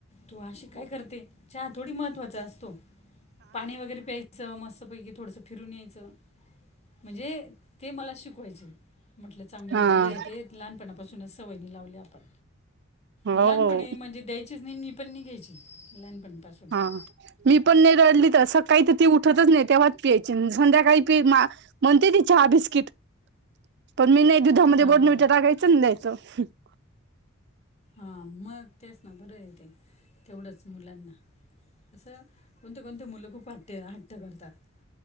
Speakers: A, on the left; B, on the right.
A: तू अशी काय करते चहा थोडी महत्त्वाच अस <unintelligible> पाणी वगैरे प्यायचं मस्त पैकी थोडसं फिरून यायचं. <unintelligible> म्हणजे ते मला शिकवायचे म्हटलं चांगलं
B: हा
A: आहे बरं आहे
B: हा
A: ते. <unintelligible> लानपणापासूनच सवय नाही लावली आपण लहानप
B: हो
A: म्हणजे द <unintelligible> नाही मी पण नाही घ्यायची लहानपणीपासून <unintelligible>
B: हा मी पण नाही रडली तर सकाळी तर ती उठतच नाही तेव्हा <unintelligible> सध्याकाळी म्हणते ती चहा बिस्कीट पण मी नाही <unintelligible> दुधामध्ये
A: हां
B: बोडमिटा
A: हां
B: टायचं नाही द्यायचं <unintelligible>
A: हा मग तेच ना बरं आहे ते तेवढंच? <unintelligible> मुलांना तसं कोणती कोणती मुलं खूप हट्ट हट्ट करतात. <unintelligible>